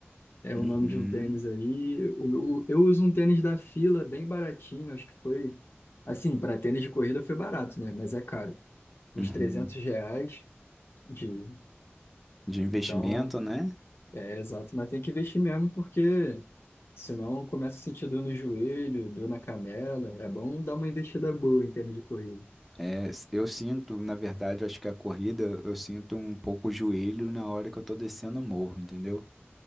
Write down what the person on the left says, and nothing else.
é o
nome de um tênis aí. O o- eu uso um tênis da Fila, bem baratinho, acho que foi. Assim, para tênis de corrida foi barato, né? Mas é caro. Uns
300 reais de.
Então,
é exato, mas tem que investir mesmo, porque senão começa a sentir dor no joelho, dor na canela. É bom dar uma investida boa em tênis de corrida.